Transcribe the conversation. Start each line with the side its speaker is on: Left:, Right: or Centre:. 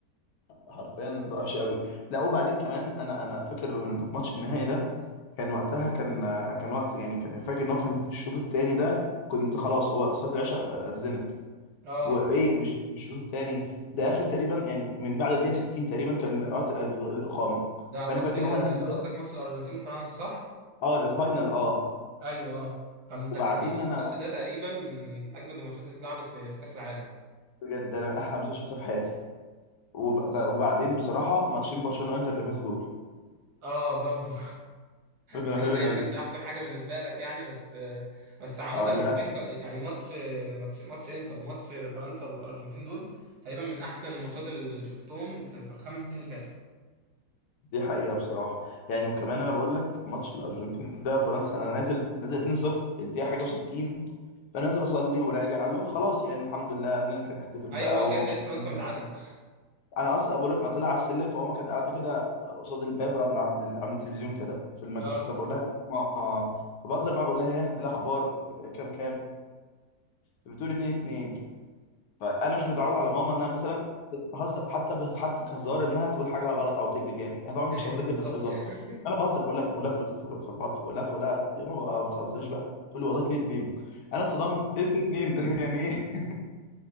Left: حرفيا هتبقى وحشه قوي لا وبعدين كمان انا انا فاكر ان ماتش النهائي ده كان وقتها كان كان وقت يعني كان- فاكر ان هو كان في الشوط الثاني ده كنت خلاص هو صلاه العشاء اذنت
Right: أه
Left: وايه مش مش الشوط الثاني ده اخر تقريبا يعني من بعد الدقيقه 60 تقريبا كان وقت ال- ال- الاقامه
Right: ده
Left: فانا
Right: ماتش
Left: فاكر يومها ان انا نزلت
Right: قصدك ماتش الأرجنتين وفرنسا صح؟
Left: اه الفاينل اه
Right: أيوه أه كان ده
Left: وبعدين
Right: كان ماتش
Left: انا
Right: الماتش ده تقريبا من أجمد الماتشات اللي اتلعبت في في كأس العالم
Left: بجد انا من احلى ماتشات شفتها في حياتي وب-
Right: بالظبط.
Left: ب- وبعدين بصراحه ماتشين برشلونه وانتر اللي فاتوا دول
Right: أه برضه <laughs>
Left: دول كانوا
Right: مع ان
Left: حلوين
Right: الاياب
Left: قوي
Right: كانتش احسن حاجه بالنسبه لك يعني بس بس عامه
Left: اه للاسف
Right: الماتشين ك- يعني ماتش ماتش ماتش انتر وماتش فرنسا والارجنتين دول تقريبا من احسن الماتشات اللي شفتهم في, في الخمس سنين اللي فاتوا
Left: دي حقيقة بصراحة يعني وكمان انا بقول لك ماتش الارجنتين ده فرنسا انا نازل نازل 2-0 الدقيقة حاجة و60 فنازل اصلي وراجع اللي هو خلاص يعني الحمد لله نرجع نحتفل
Right: ايوه
Left: بقى
Right: رجعت
Left: ومبسوطين
Right: لقيت فرنسا متعادله
Left: انا اصلا بقول لك انا طالع على السلم فماما كانت قاعدة كده قصاد الباب عند عند ال- عند التلفزيون كده في المجلس
Right: اه
Left: فبقول لها ماما فبهزر معاها بقول لها ايه إيه الاخبار كام كام فبتقول 2-2 فانا مش متعود على ماما انها مثلا بتهزر حتى ب- حتى كهزار انها تقول حاجه غلط او تكذب يعني هي طبعا مش
Right: ايوه
Left: قصدي
Right: بالظبط
Left: تكذب بس هزار
Right: <laughs>
Left: انا بهزر بقول لها بقول لها انت بت- ف- ف- بقول لها بقول لها يا ماما ما بتهزريش بقى تقول لي والله اتنين اتنين انا اتصدمت ايه اتنين اتنين <laughs> يعني ايه